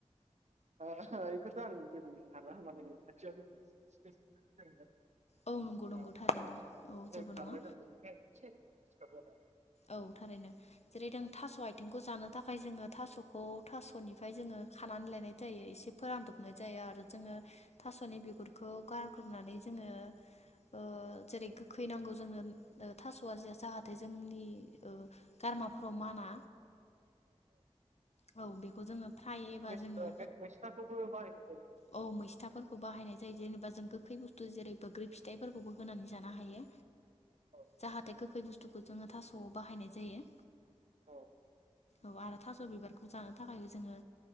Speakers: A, on the right; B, on the left.
A: बेखौथ' आं जेबो बुं हाला माने खाथियाव <unintelligible>
B: औ नंगौ नंगौ थारैनो औ जेबो नङा
A: <unintelligible> दिसथाब जादों
B: औ थारैनो जेरै जों थास' आथिंखौ जानो थाखाय जोङो थास'खौ थास'निफ्राय जोङो खानानै लायनाय जायो एसे फोरानदबनाय जायो आरो जोङो थास'नि बिगुरखौ गारग्रोनानै जोङो ओ जेरै गोखै नांगौ जोंनो थास'आ जाहाथे जोंनि <inaudible> गारमाफोराव माना औ बेखौ जोङो फ्राय एबा
A: मेस-मिस्नाखौबो
B: जोङो
A: बाहनो जायो
B: औ मैस्थाफोरखौ बाहायनाय जायो जेनेबा जों गोखै बुस्थु जेरै बग्रि फिथाइफोरखौबो होनानै जानो हायो
A: औ
B: जाह हाथ बस्थु जोङो थास'आव बाहायनाय जायो
A: औ
B: औ आरो थास' बिबारखौ जानो थाखायबो जोङो